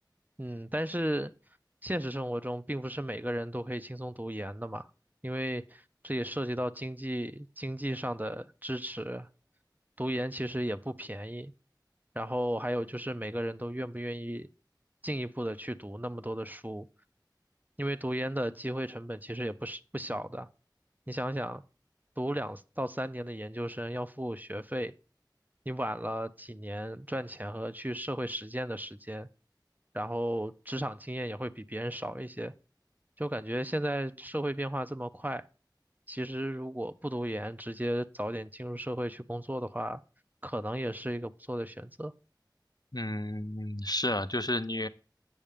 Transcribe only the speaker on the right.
嗯，但是现实生活中并不是每个人都可以轻松读研的嘛，因为这也涉及到经济经济上的支持，读研其实也不便宜，然后还有就是每个人都愿不愿意进一步的去读那么多的书，因为读研的机会成本其实也不是不小的。你想想，读两到三年的研究生要付学费，你晚了几年赚钱和去社会实践的时间，然后职场经验也会比别人少一些，就感觉现在社会变化这么快，其实如果不读研，直接早点进入社会去工作的话，可能也是一个不错的选择。